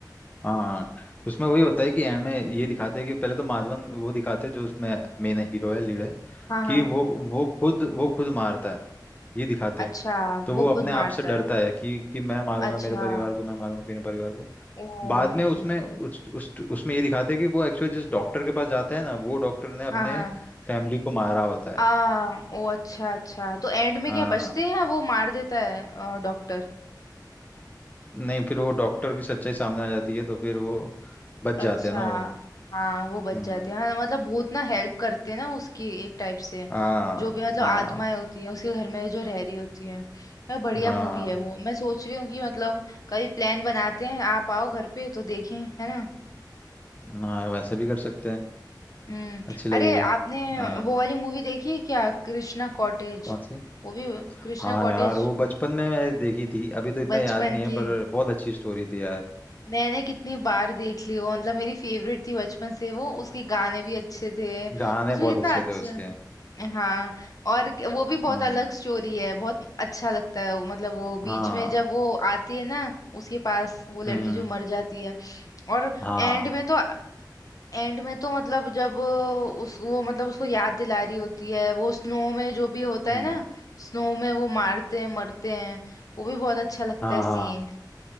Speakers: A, on the left (about 20°); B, on the left (about 50°).
A: हाँ उसमें वही होता है कि एंड में ये दिखाते हैं कि पहले तो माधवन वो दिखाते हैं जो उसमें मेन हीरो है लीड है
B: हाँ हाँ
A: कि वो वो खुद वो खुद मारता है ये दिखाते
B: अच्छा
A: हैं तो वो
B: वो
A: अपने
B: खुद
A: आप
B: मारता
A: से डरता
B: है
A: है कि कि मैं मारूंगा
B: अच्छा
A: मेरे परिवार को मैं मारूंगा अपने परिवार को
B: ओ
A: बाद में
B: Okay
A: उसमें
B: okay
A: उस, उस उसमें ये दिखाते हैं कि वो एक्चुअली जिस डॉक्टर के पास जाता है ना वो डॉक्टर ने अपने
B: हाँ हाँ
A: फैमिली को मारा होता है
B: आ ओ अच्छा अच्छा तो एंड में
A: हाँ
B: क्या बचते हैं या वो मार देता है डॉक्टर
A: नहीं फिर वो डॉक्टर की सच्चाई सामने आ जाती है तो फिर वो बच
B: अच्छा
A: जाते हैं ना वो
B: हाँ वो बच
A: हम्म
B: जाते हैं हाँ मतलब भूत ना हेल्प करते हैं ना उसकी एक टाइप से
A: हाँ
B: जो भी मतलब
A: हाँ
B: आत्माएं होती है उसके घर में जो रह रही होती है यार बढ़िया
A: हाँ
B: मूवी है वो मैं सोच रही हूँ कि मतलब कभी प्लान बनाते हैं आप आओ घर पे तो देखें है ना
A: हाँ वैसे भी कर सकते हैं
B: हम्म
A: अच्छी लगेगी
B: अरे आपने
A: हाँ
B: वो वाली मूवी देखी है क्या कृष्णा कॉटेज
A: कौन सी
B: वो भी कृष्णा
A: हाँ
B: कॉटेज
A: यार वो बचपन में मैंने देखी थी अभी तो इतना
B: बचपन
A: याद नहीं है
B: की
A: पर बहुत अच्छी स्टोरी थी यार
B: मैंने कितनी बार देख ली वो मतलब मेरी फेवरेट थी बचपन से वो उसके गाने भी अच्छे थे
A: गाने
B: उसमें
A: बहुत
B: कितना
A: अच्छे
B: अच्छा
A: थे उसके
B: हाँ और क- वो भी बहुत
A: हम्म
B: अलग स्टोरी है बहुत अच्छा लगता है वो मतलब वो
A: हाँ
B: बीच में जब वो आती है ना उसके पास वो लड़की
A: हम्म
B: जो मर जाती है और
A: हाँ
B: एंड में तो एंड में तो मतलब जब उस वो मतलब उसको याद दिला रही होती है वो स्नो में जो भी होता
A: हम्म
B: है ना स्नो में वो मारते हैं मरते हैं वो भी बहुत अच्छा लगता
A: हाँ
B: है सीन
A: हाँ